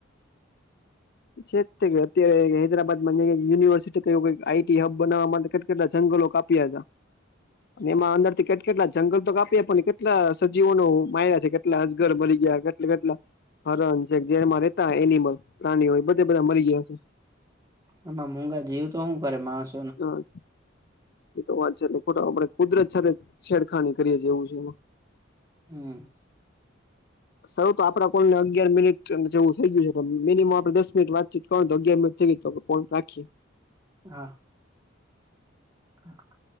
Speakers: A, on the left; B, on the right.
A: છે અત્યારે હૈદરાબાદમાં યુનિવર્સિટી ક આઈટી હબ બનાવા માટે કેટલા જંગલો કાપ્યા હતા.
B: <inaudible>
A: એમાં અંદર થી કેટ કેટલા જંગલ તો કાપીએ કેટલા સજીવો ન માર્યા છે કેટલા અજગર મરી ગયા એટલે કેટલા હરણ છે જેમાં રહેતા એનિમલ પ્રાણીઓ હોય બધે બધા મરી ગયા છે.
B: આમાં મુંગા જીવ તો શું કરે માણસ
A: હા. એ તો વાત છે ખોટા આપડે કુદરત છેડખાની કરીએ એવું છે.
B: હમ.
A: સૌ તો આપડા. અગિયાર મિનિટ અને જેવું થઈ ગયું મિમ આપડ દસ મિનિટ વાતચીત કરું તો અગિયાર મિનિટ થઈ ગયું રાખીએ.
B: હા. <inaudible>